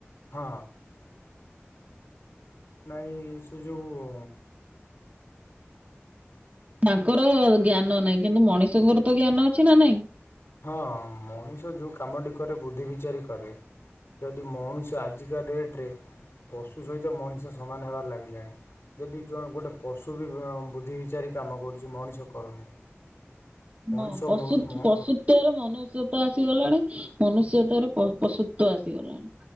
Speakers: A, on the left; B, on the right.
A: ହଁ ନାଇଁ ସେ ଯୋଉ
B: ତାଙ୍କର ଜ୍ଞାନ ନାହିଁ କିନ୍ତୁ ମଣିଷଙ୍କର ତ ଜ୍ଞାନ ଅଛି ନା ନାଇଁ।
A: ହଁ ମଣିଷ ଯୋଉ କାମଟି କରେ ବୁଦ୍ଧି ବିଚାରୀ କରେ। ଯଦି ମଣିଷ ଆଜିକା ଡେଟ୍ ରେ ପଶୁ ସହିତ ମଣିଷ ସମାନ ହେବାର ଲାଗିଲାଣି। ଯଦି ଜଣେ ଗୋଟେ ପଶୁ ବି ବୁଦ୍ଧି ବିଚାରି କାମ କରୁଛି ମଣିଷ କରୁନି।
B: ହଁ
A: ମଣିଷ
B: ପଶୁ
A: ମ ମ
B: ପଶୁତ୍ୱରେ ମନୁଷ୍ୟତ ଆସିଗଲାଣି ମନୁଷ୍ୟତାର ପସୁତ୍ୱ ଆସିଗଲାଣି।